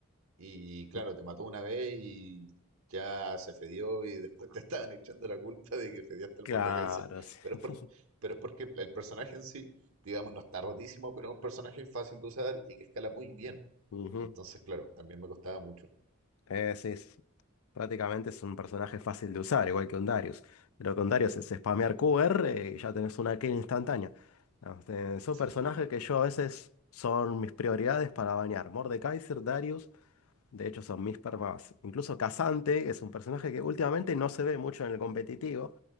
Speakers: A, on the right; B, on the left.
A: y claro,
B: Mm.
A: te mató una vez y ya se fedió y después te <laughs> estaban echando la culpa de que fediaste
B: Claro,
A: el Mordekaiser.
B: sí.
A: Pero
B: <laughs>
A: es, por- pero es porque el personaje en sí, digamos, no está rotísimo, pero es un personaje fácil de usar y que escala muy bien.
B: Ujú.
A: Entonces, claro, también me costaba mucho.
B: Eh, sí, sí. sí. Prácticamente es un personaje fácil de usar, igual que un Darius. Lo que un Darius es spamear
A: Sí,
B: QR y ya tenés una kill instantánea. Ah, este, son
A: sí,
B: personajes que yo a veces son mis prioridades para bañar. Mordekaiser, Darius De hecho, son mis permas. Incluso Casante, que es un personaje que últimamente no se ve mucho en el competitivo,